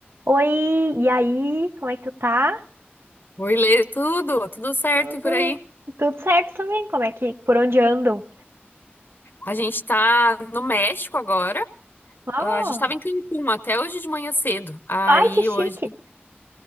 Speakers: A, on the right; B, on the left.
A: Oi, e aí? Como é que tu tá?
B: Oi, Lê, tudo, tudo certo
A: Tudo,
B: por aí?
A: tudo certo também? Como é que, por onde andam?
B: A gente tá no México agora.
A: Oh,
B: Ah, A gente tava em Cancún até hoje de manhã cedo. Aí
A: ai, que chique!
B: hoje